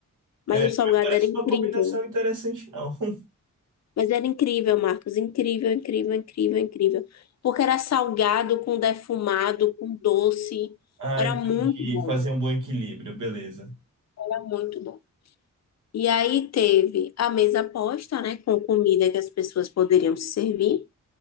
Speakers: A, on the right (about 70°); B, on the left (about 55°).
A: É,
B: mas o salgado
A: mas parece
B: era incrível.
A: uma combinação interessante, não. <laughs>
B: Mas era incrível, Marcos, incrível, incrível, incrível, incrível. Porque era salgado, com defumado, com doce.
A: Ah,
B: Era
A: entendi.
B: muito bom,
A: Fazer um bom equilíbrio, beleza.
B: era muito bom. E aí teve a mesa posta, né, com comida que as pessoas poderiam se servir.